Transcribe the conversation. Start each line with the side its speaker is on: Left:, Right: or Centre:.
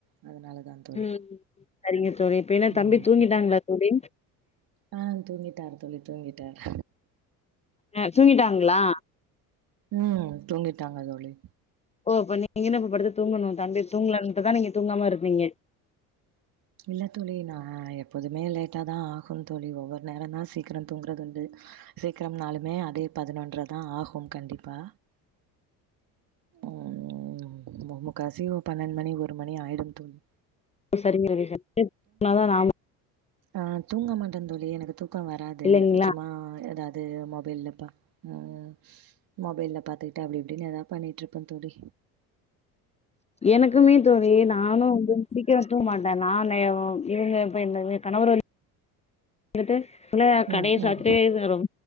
Right: அதனால தான் தோழி
Left: ம் சரிங்க தோழி இப்ப என்ன
Right: ம்
Left: தம்பி தூங்கிட்டாங்களா தோழி
Right: ஆ தூங்கிட்டாரு தோழி தூங்கிட்டார்
Left: அ தூங்கிட்டாங்களா
Right: ம் தூங்கிட்டாங்க தோழி
Left: ஓ அப்ப நீங்க இன்னும் இப்ப படுத்து தூங்கணு தம்பி தூங்கலன்ட்டுதான் நீங்க தூங்காம இருக்கீங்க
Right: இல்ல தோழி நா எப்போதுமே லேட்டாதா ஆகும் தோழி ஒவ்வொரு நேரந் தா சீக்கிர தூங்குறதுண்டு சீக்கிரம்னாலுமே அதே பதினொன்றதா ஆகும் கண்டிப்பா உம் முக்காசி பன்னெண்டு மணி ஒரு மணி ஆயிடு தோழி
Left: சரிங்க தோழி <inaudible> தான் நானும்
Right: நா தூங்க மாட்டேந் தோழி எனக்கு தூக்கம் வராது
Left: இல்லைங்களா
Right: சும்மா ஏதாது து மொபைல்ல பா ம் மொபைல்ல பாத்துகிட் அப்டி இப்டினு எதாது பண்ணிட்டு இருப்பாங் தோழி
Left: எனக்குமே தோழி நானு வந்து சீக்கிர தூங்க மாட்டே நானு இவிங்க இப்ப எங்க எ கணவரு எடுத்து இல்ல கடைய
Right: ம்
Left: சாத்துட்டி
Right: ம்.
Left: ரொம் ரொம்